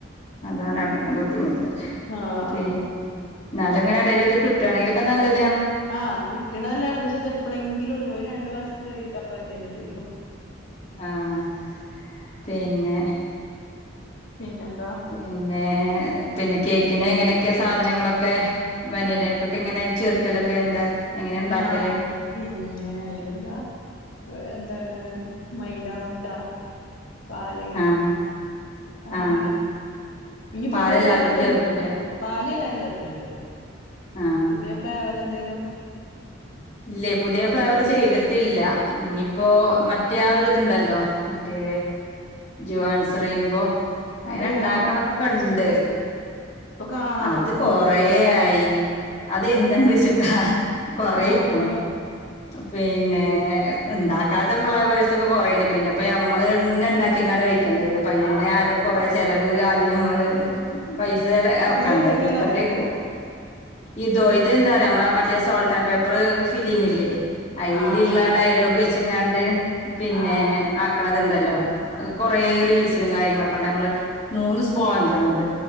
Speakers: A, on the left; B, on the left.
A: അതാണ്
B: അങ്ങനെ
A: ബുദ്ധിമുട്ട്
B: ആഹ്
A: പിന്നെ
B: ആഹ്
A: നിലങ്ങനെടല കിട്ടുകണെങ്കിലക്ക നല്ലത്
B: ആഹ് കിട്ടണതല്ലാദേകദേശ അത് എപ്പോഴെങ്കിലും ഉള്ളൂ രണ്ടു മാസത്തെ ചോദിക്ക അപ്പ എന്തേലും ചോദിക്കോ
A: ആഹ പിന്നെ
B: പിന്നെന്താ
A: പിന്നെ പിന്നെ കേക്കിന് എങ്ങനെയൊക്കെ സാധനങ്ങളൊക്കെ വനിലക്കൊക്കെ ഇങ്ങനെ ചെർക്കലൊക്കെ എന്താ? എങ്ങനെ ഉണ്ടാക്കല്
B: ഞാ പിന്നെ അയിലെന്താ എന്താണ് മൈദാ മുട്ടാ പാൽ
A: ആഹ്
B: അങ്ങനെ
A: ആഹ്
B: ഈ
A: പാലെല്ലാത്തിലും
B: പുതിയ ഫ്ലേവർ എന്തേല്ലോ
A: ചേർക്കുംല്ലേ
B: പാല്ല്ലാം ചേർക്കലണ്ട്
A: ആഹ്
B: പുതിയ ഫ്ലേവർ എന്തേലും
A: ഇല്ലേ പുതിയ
B: നോക്കിയോ
A: ഫ്ലാവർ ചെയ്തിട്ടില്ല ഇനിയിപ്പോ മറ്റേ ഒരി ഇതുണ്ടല്ലോ മറ്റേ ജുവാൻ സ്റയിൻബോ അങ്ങനെ
B: അതേതാണ്
A: ഇണ്ടാക്കണംന്നൊക്കെ
B: ശ്രദ്ധിച്ചിട്ടില്ലേ
A: ഉണ്ട്
B: ഇപ്പൊ കാണാത്തോണ്ട്
A: അത് കൊറയായി
B: വീഡിയോസ് കാണാ
A: അത്എന്നിണ്ട് വെച്ചിട്ടാ കൊറ <unintelligible>
B: ഏഹ്
A: പിന്നെ ഉണ്ടാക്കാത്ത ഫ്ലവേഴ്സ് ഒക്കെ കൊറെണ് പിന്നെ ഇപ്പ നമ്മള് തന്നെ ഉണ്ടാക്കിക്കണ്ട് കഴ ണ്ടായിനി അയ്ൻ തന്നെ
B: ആഹ് അതാള്ളത്
A: ആദ്യം കൊറേ ചെലവ് ആദ്യം നമ്മൾ
B: വരും
A: പൈസ ഇറക്കണ്ടെ
B: ഇതിലെന്തൊക്കെയാന്ന്
A: എന്നിട്ടല്ലേ
B: അറിയോ അനക്ക്
A: ഇദോ ഇത് എന്താറിയോ മറ്റേ സോൾട്ട് ആൻഡ് അപ്പോ ഫിലിമില്ലേ അയിൽള്ള
B: ആഹ് ഞാൻ കണ്ടിട്ടില്ല
A: ഡയലോഗ് വെച്ചങ്ങാ ണ്ട് പിന്നെ
B: ആഹ്
A: ആക്കണത്ണ്ടല്ലോ കൊറേ റീൽസിലും കാര്യങ്ങളൊക്കെ ഉണ്ട് നമ്മള് മൂന്ന് സ്പോഞ്ച് ആണ് അത്